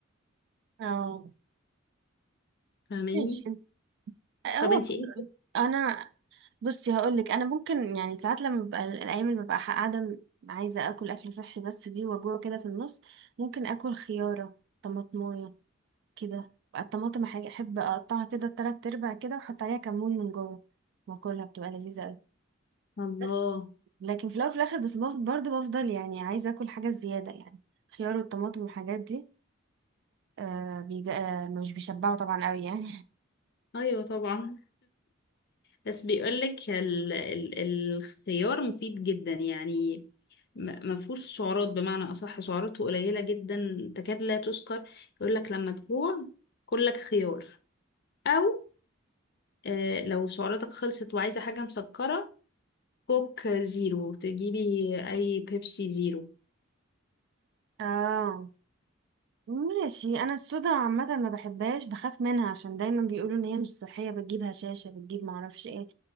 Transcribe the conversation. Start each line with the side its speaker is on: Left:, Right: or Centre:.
Right: اه
Left: فاهماني
Right: ماشي هو
Left: طب انتي
Right: خد-
Left: ايه
Right: انا بصي هقول لك انا ممكن يعني ساعات لما ببقى الايام اللي ببقى قاعده عايزه اكل اكل صحي بس دي وجوه كده في النص ممكن اكل خياره طماطمايه كده بقى الطماطم حاجه احب اقطعها كده تلات ارباع كده واحط عليها كمون من جوه واكلها بتبقى لذيذه قوي
Left: الله
Right: بس لكن في الاول وفي الاخر بس بفضل برضه بفضل يعني عايزه اكل حاجه زياده يعني خيار والطماطم والحاجات دي آه بيج... آه مش بيشبعوا طبعا قوي يعني
Left: أيوة طبعا بس بيقولك ال... ال... الخيار مفيد جدا يعني ما فيهوش سعرات بمعنى أصح سعراته قليلة جدا تكاد لا تذكر يقولك لما تجوع كلك خيار أو آه لو سعراتك خلصت وعايزة حاجة مسكرة كوك زيرو تجيبي أي بيبسي زيرو
Right: <laughs> اه ماشي انا الصودا عامه ما بحبهاش بخاف منها عشان دايما بيقولوا ان هي مش صحيه بتجيب هشاشه بتجيب معرفش ايه